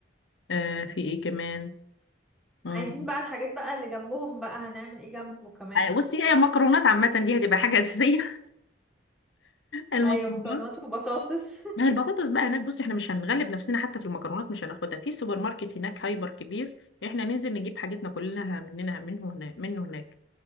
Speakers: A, on the left (about 85°); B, in the centre.
A: آه في ايه كمان مم.
B: عايزين بقى الحاجات بقى اللي جنبهم بقى هنعمل ايه جنبه كمان
A: آه، بصي هي المكرونات عامة دي هتبقى حاجة <laughs> أساسية المكرونات
B: ايوه مكرونات وبطاطس <laughs>
A: ما هي البطاطس بقى هناك بص احنا مش هنغلب نفسنا حتى في المكرونات مش هناخدها في سوبر ماركت هناك هايبر كبير احنا ننزل نجيب حاجتنا كلنا مننا منه هناك منه هناك